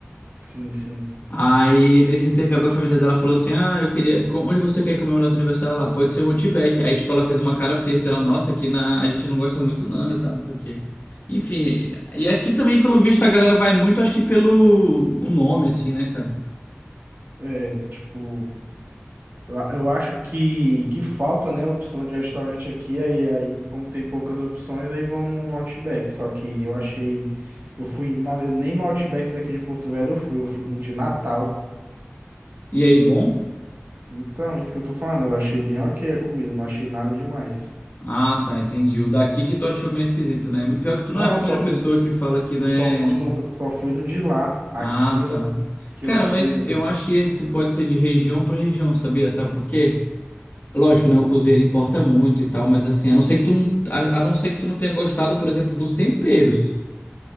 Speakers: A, on the right; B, on the left.
A: Sim, sim.
B: Aí, nesse intercâmbio, a família dela falou assim: Ah, eu queria. co- Onde você quer comemorar seu aniversário lá? Pode ser um Outback. Aí, tipo, ela fez uma cara feia, assim, ela, nossa, aqui na... a gente não gosta muito, não, e tal, não sei o quê. Enfim, e aqui também, pelo visto, a galera vai muito, acho que pelo o nome, assim, né, cara?
A: É, tipo, eu a- eu acho que, que falta, né, opção de restaurante aqui, aí, aí como tem poucas opções, aí vão no, no Outback. Só que eu achei, eu fui, na- eu nem no Outback daqui de Porto Velho eu fui, eu fui no de Natal.
B: E aí, bom?
A: Então, isso que eu tô falando, eu achei bem ok a comida, eu não achei nada demais.
B: Ah, tá, entendi. O daqui que tu achou meio esquisito, né? Pior que tu
A: Não,
B: não é a primeira
A: eu só,
B: pessoa
A: fui-
B: que fala que não
A: eu
B: é.
A: só fui no, eu só fui no de lá. Aqui
B: Ah,
A: eu,
B: tá.
A: não- que
B: Cara,
A: eu não fui
B: mas
A: ainda.
B: eu acho que isso pode ser de região pra região, sabia? Sabe por quê? Lógico, né? O cozinheiro importa muito e tal, mas assim, a não ser que tu não, a, a não ser que tu não tenha gostado, por exemplo, dos temperos.